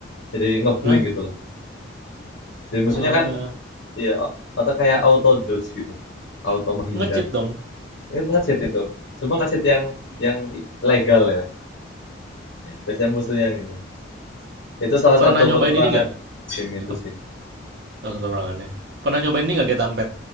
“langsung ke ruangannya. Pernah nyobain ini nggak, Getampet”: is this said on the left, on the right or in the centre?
Right